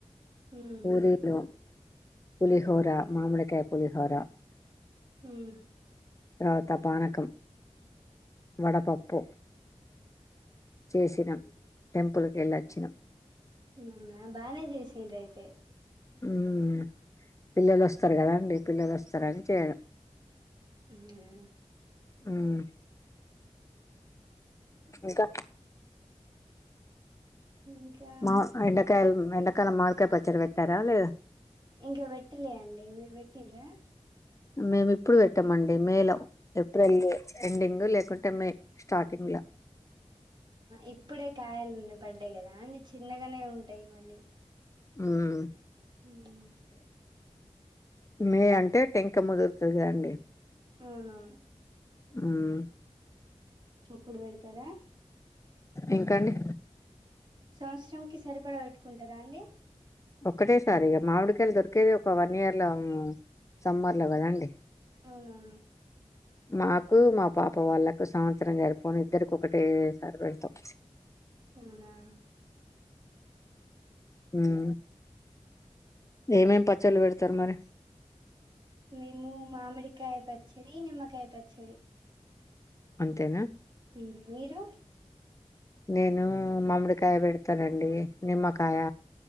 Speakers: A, on the right (about 40°); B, on the left (about 25°).
A: ఉమ్
B: పూరిలు పులిహోర మామిడికాయ పులిహోరా
A: ఉమ్
B: తర్వాత పానకం వడపప్పు చేసినం టెంపుల్కి యెళ్ళొచ్చినా
A: అవునా బానే జేసిండ్రు అయితే
B: ఉమ్ పిల్లలు వస్తారు కదాండి పిల్లలు వస్తారని చేయడం
A: ఉమ్
B: హ్మ్ ఇంకా
A: ఇంకా
B: మా ఎండకాయలు ఎండకాలం మాడికాయ పచ్చడి పెట్టారా లేదా
A: ఇంకా పెట్టలే అండి మీరు పెట్టిన్రా
B: మేము ఇప్పుడు పెట్టామండి మే లో ఏప్రిల్ ఎండింగ్ లేకుంటే మే స్టార్టింగ్ అట్లా
A: ఇప్పుడే కాయలున్నా పడ్డాయి కదా అన్నీ చిన్నగానే ఉంటాయి మళ్ళీ
B: మ్మ్
A: ఉమ్
B: మే అంటే టెంక ముదురుతదిగా అండి
A: అవునా
B: మ్మ్
A: అప్పుడు పెడతారా
B: ఎంకా అండి
A: సంవత్సరం కి సరిపడా పెట్టుకుంటారా అండి
B: ఒక్కటే సారి ఇగ మామిడికాయలు దొరకయిక ఒక వన్ ఇయర్ లో సమ్మర్ లో కదండి
A: అవునవును
B: మాకు మా పాప వాళ్ళకు సంవత్సరం జరిపోను ఇద్దరికి ఒకటే సారి పెడతాం
A: అవునా
B: మ్మ్ ఎమ్ ఏమేం పచ్చలు పెడతారు మరి
A: మేము మామిడికాయ పచ్చడి నిమ్మకాయ పచ్చడి
B: అంతేనా
A: హ్మ్ మీరు
B: నేను మామిడికాయ పెడతానండి నిమ్మకాయ